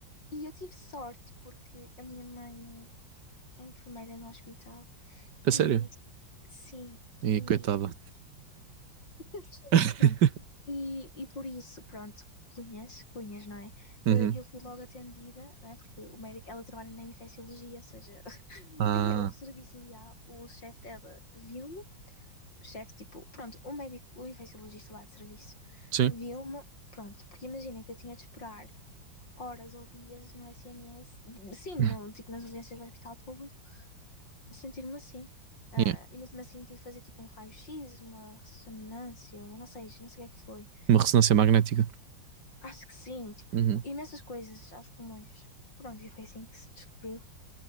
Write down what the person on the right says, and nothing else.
A sério.
E
coitada.
<laughs>
Uhum.
Ah,
sim.
<laughs>
Yeah.
Uma ressonância magnética.
Uhum.